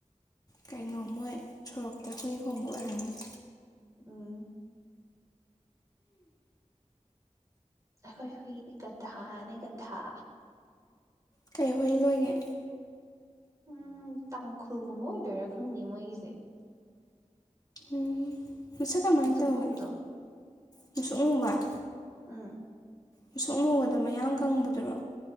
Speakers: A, on the left (about 30°); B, on the right (about 25°).
A: ꯀꯩꯅꯣ ꯃꯣꯏ ꯁꯣꯔꯣꯛꯇ ꯍꯨꯏ ꯈꯣꯡꯕ ꯑꯣꯏꯔꯝꯒꯅꯤ
B: ꯎꯝ ꯑꯩꯈꯣꯏ ꯍꯨꯏꯗꯤ ꯒꯙꯥꯅꯦ ꯒꯙꯥ
A: ꯀꯩꯍꯨꯏ ꯂꯣꯏꯒꯦ
B: ꯎꯝ ꯇꯥꯡꯈꯨꯜꯒꯨꯝꯕ ꯑꯣꯏꯗꯣꯏꯔꯥ ꯈꯪꯗꯦ ꯃꯣꯏꯒꯤꯁꯦ
A: ꯎꯝ ꯃꯁꯛ ꯀꯃꯥꯏ
B: ꯃꯨꯁꯨꯛ
A: ꯇꯧꯏ
B: ꯃꯨꯕꯗꯣ
A: ꯃꯨꯁꯨꯛ ꯃꯨꯕꯔꯥ
B: ꯎꯝ
A: ꯃꯨꯁꯨꯛ ꯃꯨꯕꯗ ꯃꯌꯥꯡ ꯀꯪꯕꯗꯨꯔꯣ